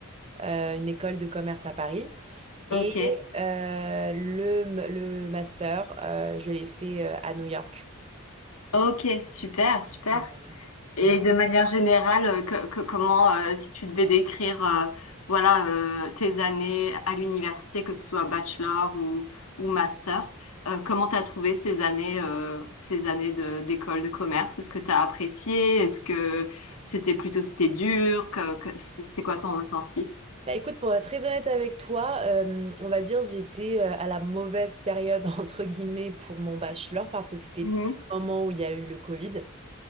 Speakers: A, on the right; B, on the left.
A: euh, une école de commerce à Paris. Et
B: Ok,
A: euh, le le master, euh, je l'ai fait euh, à New York.
B: ok, super, super.
A: Voilà.
B: Et
A: Ouais.
B: de manière générale, euh, que- que- comment, euh, si tu devais décrire, euh, voilà, euh, tes années à l'université, que ce soit bachelor ou, ou master, euh, comment t'as trouvé ces années, euh, ces années de, d'école de commerce? Est-ce que t'as apprécié? Est-ce que c'était plutôt, c'était dur? Que, que- c'était quoi ton ressenti?
A: Bah écoute, pour être très honnête avec toi, euh, on va dire j'étais euh, à la mauvaise période <laughs> entre guillemets pour mon bachelor parce que c'était
B: Mhm.
A: pile au moment où il y a eu le Covid.